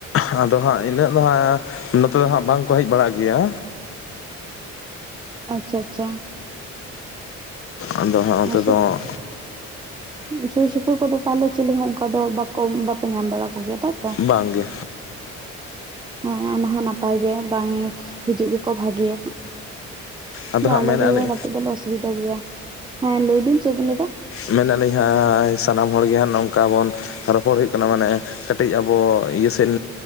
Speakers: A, on the left (about 45°); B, on the right (about 15°).
A: ᱟᱫᱚ ᱦᱟᱸᱜ ᱤᱱᱟᱹᱜ ᱫᱚ ᱦᱟᱸᱜ ᱱᱚᱛᱮ ᱫᱚ ᱦᱟᱸᱜ ᱵᱟᱝᱠᱚ ᱦᱮᱡ ᱵᱟᱲᱟᱜ ᱜᱮᱭᱟ᱾
B: ᱟᱪᱪᱷᱟ ᱟᱪᱪᱷᱟ
A: ᱟᱫᱚ ᱦᱟᱸᱜ
B: <unintelligible>
A: ᱚᱱᱛᱮ ᱫᱚ
B: ᱥᱩᱨ ᱥᱩᱯᱩᱨ ᱠᱚᱫᱚ ᱛᱦᱟᱞᱮ ᱪᱤᱞᱤ ᱦᱚᱸ ᱚᱱᱠᱟ ᱫᱚ ᱵᱟᱠᱚ ᱵᱟᱯᱮ ᱧᱟᱢ ᱵᱟᱲᱟ ᱠᱚᱜᱮᱭᱟ ᱛᱟᱭᱛᱚ?
A: ᱵᱟᱝ ᱜᱮ
B: ᱦᱮᱸ ᱚᱱᱟ ᱦᱚᱸ ᱱᱟᱯᱟᱭ ᱜᱮ ᱵᱟᱝ ᱦᱤᱡᱩᱜ ᱜᱮᱠᱚ ᱵᱷᱟᱜᱮᱭᱟ ᱦᱟᱜ᱾
A: ᱟᱫᱚ
B: ᱵᱟ
A: ᱦᱟᱸᱜ
B: ᱟᱞᱮ
A: ᱢᱮᱱᱮᱫᱼᱟ
B: ᱠᱚᱜᱮ
A: ᱞᱤᱧ
B: ᱠᱟᱹᱴᱤᱡ ᱫᱚᱞᱮ ᱚᱥᱩᱵᱤᱫᱟ ᱜᱮᱭᱟ᱾ ᱦᱮᱸ ᱞᱟᱹᱭ ᱵᱤᱱ ᱪᱮᱫ ᱵᱤᱱ ᱞᱟᱹᱭ ᱫᱟ?
A: ᱢᱮᱱᱟᱞᱤᱧ ᱦᱟᱸᱜ ᱥᱟᱱᱟᱢ ᱦᱚᱲᱜᱮ ᱦᱟᱸᱜ ᱱᱚᱝᱠᱟ ᱵᱚᱱ ᱨᱚᱯᱚᱲ ᱦᱩᱭᱩᱜ ᱠᱟᱱᱟ ᱢᱟᱱᱮ ᱠᱟᱹᱴᱤᱡ ᱟᱵᱚ ᱤᱭᱟᱹ ᱥᱮᱱ